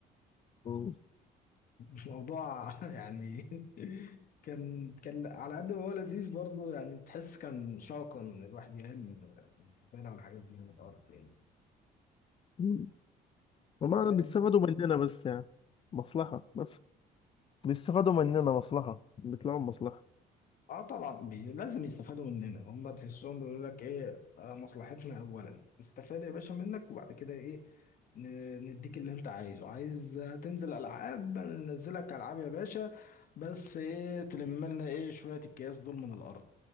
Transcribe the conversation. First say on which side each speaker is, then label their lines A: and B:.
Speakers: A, on the left (about 30°); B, on the left (about 55°).
A: مم.
B: <laughs> الموضوع يعني <laughs> كان كان على قد ما هو لذيذ برضه يعني تحس كان شاقا ان الواحد يلم الزبالة والحاجات دي من الارض يعني
A: مم. هما
B: فاهم
A: بيستفادوا مننا بس يعني مصلحة بس بيستفادوا مننا مصلحة بيطلعوا مصلحة
B: اه طبعا بي... لازم يستفادوا مننا هم تحسهم بيقول لك ايه آه مصلحتنا اولا نستفاد يا باشا منك وبعد كده ايه ن... نديك اللي انت عايزه عايز آه، تنزل العاب ننزلك العاب يا باشا بس ايه تلم لنا ايه شويه الكياس دول من الارض